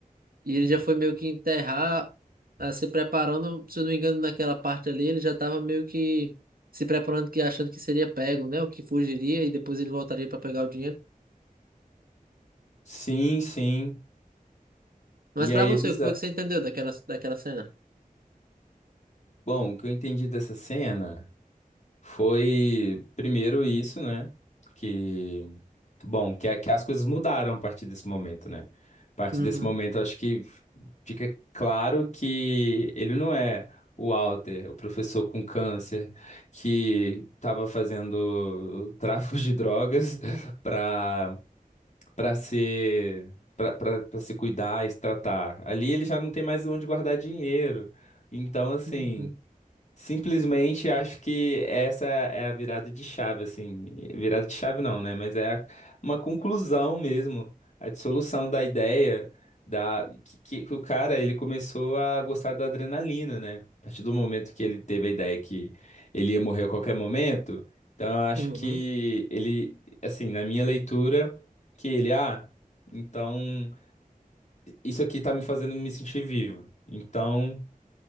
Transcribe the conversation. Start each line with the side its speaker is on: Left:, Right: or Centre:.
Right: E ele já foi meio que enterrar, ah, se preparando, se eu não me engano, naquela parte ali, ele já estava meio que se preparando, que achando que seria pego, né? O que fugiria e depois ele voltaria para pegar o dinheiro.
Left: Sim, sim.
Right: Mas
Left: E
Right: para
Left: aí
Right: você,
Left: é bizarro.
Right: o que foi que você entendeu daquela, daquela cena?
Left: Bom, o que eu entendi dessa cena. Foi primeiro isso, né? Que, bom, que, a- que as coisas mudaram a partir desse momento, né? A partir
Right: Uhum.
Left: desse momento, eu acho que fica claro que ele não é o Walter, o professor com câncer, que estava fazendo tráfico de drogas <laughs> para para ser para para se cuidar e se tratar. Ali ele já não tem mais onde guardar dinheiro. Então, assim.
Right: Uhum,
Left: Simplesmente acho que essa é a virada de chave, assim. Virada de chave não, né? Mas é a- uma conclusão mesmo, a dissolução da ideia da que, que- que o cara ele começou a gostar da adrenalina, né? A partir do momento que ele teve a ideia que ele ia morrer a qualquer momento, então eu acho
Right: uhum.
Left: que ele, assim, na minha leitura, que ele, ah, então isso aqui tá me fazendo me sentir vivo. Então